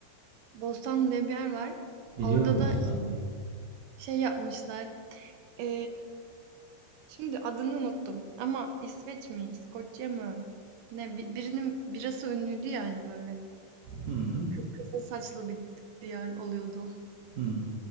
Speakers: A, on the right; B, on the right.
A: Bostanlı diye bir yer var.
B: biliyorum
A: Orada
B: Bostanlı'yı.
A: da şey yapmışlar. E, şimdi adını unuttum. Ama İsveç mi, İskoçya mı? Ne bi- birinin birası ünlüydü yani böyle.
B: Hmm.
A: Kı- Kızıl saçlı bir bir yer oluyordu.
B: Hmm.